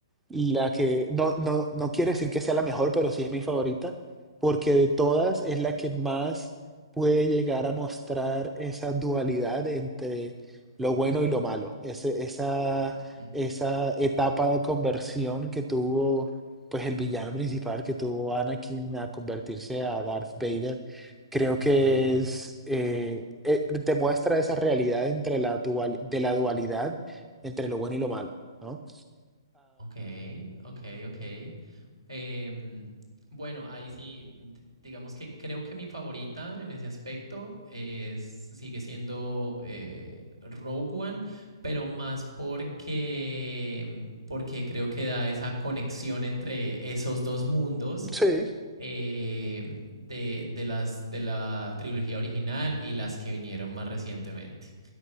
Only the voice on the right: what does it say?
ujú,
Ajá,
ok, ok, ok. Em, bueno, ahí sí, d- digamos que creo que mi favorita en ese aspecto es, sigue siendo eh, Rogue One, pero más porque, em, porque creo que da esa conexión entre esos dos mundos
em, de, de las, de la trilogía original y las que vinieron más recientemente.